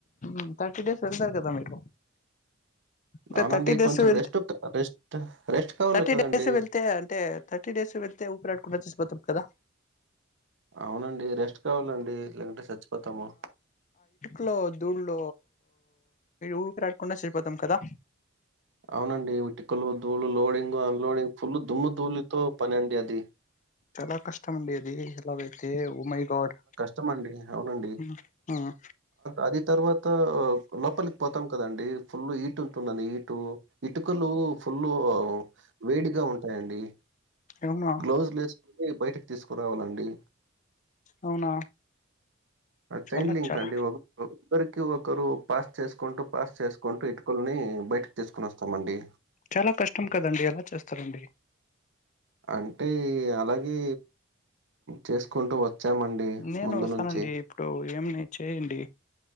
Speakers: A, on the left; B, on the right.
A: ఉమ్ థర్టీ డేస్ వెళ్తారు కదా మీరు అంటే
B: అవునండి
A: థర్టీ డేస్
B: కొంచెం
A: వెళ్తే
B: రెస్ట్ క రెస్ట్ రెస్ట్ కావాలి
A: థర్టీ
B: కదండీ.
A: డేస్ వెళ్తే అంటే థర్టీ థర్టీ డేస్ వెళ్తే ఊపిరాడకుండా చచ్చిపోతాం కదా
B: అవునండి రెస్ట్ కావాలండి లేదంటే చచ్చిపోతాము
A: లేదుళ్ళ ఊపిరాడకుండా చనిపోతాం కదా
B: అవునండి ఇటుకలు ధూళి లోడింగ్ అన్లోడింగ్ ఫుల్ దుమ్ముధూలుతో పనండి అది
A: చాలా కష్టం అండి అది అలాగైతే ఓ మై గాడ్
B: ఇస్తమండి అవునండి
A: ఉమ్, ఉమ్,
B: అది తర్వాత లోపలికి పోతాం కదండి ఫుల్ ఈగ్ ఇటు ఉంటుంది ఇటు ఇటుకలు ఫుల్ వేడిగా ఉంటాయండి
A: అవునా
B: గ్లౌస్ లు వేసుకుని బయటకి తీసుకురావాలండి
A: అవునా
B: అది
A: చాలా
B: చైన్ లింక్
A: చాలా
B: అండి అగు ఒకరికి ఒకరు పాస్ చేసుకుంటూ పాస్ చేసుకుంటూ ఇటుకల్ని బయటకి తీసుకుని వస్తామండి
A: చాలా కష్టం కదండి ఎలా చేస్తారండి
B: అంటే అలాగే చేసుకుంటూ వచ్చామండి
A: నేను
B: ముందు
A: వస్తానండి
B: నుంచి
A: ఇప్పుడు ఏమని చేయండి